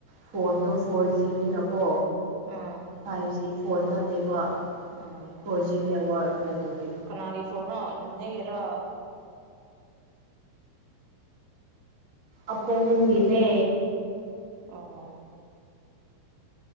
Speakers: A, on the right; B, on the right.
A: ꯐꯣꯟꯗꯣ ꯐꯣꯔ ꯖꯤꯅꯤꯅꯀꯣ꯫
B: ꯎꯝ
A: ꯐꯥꯏꯚ ꯖꯤ ꯐꯣꯟ ꯅꯠꯇꯦꯕ
B: ꯎꯝ
A: ꯐꯣꯔ ꯖꯤ ꯅꯦꯠꯋꯥꯛꯅꯦ꯫ ꯑꯗꯨꯒꯤ꯫
B: ꯀꯅꯥꯒꯤ ꯐꯣꯟꯅꯣ ꯅꯤꯅꯦꯒꯤꯔꯣ꯫
A: ꯑ ꯄꯥ ꯅꯤꯝꯒꯤꯅꯦ꯫
B: ꯑꯣ꯫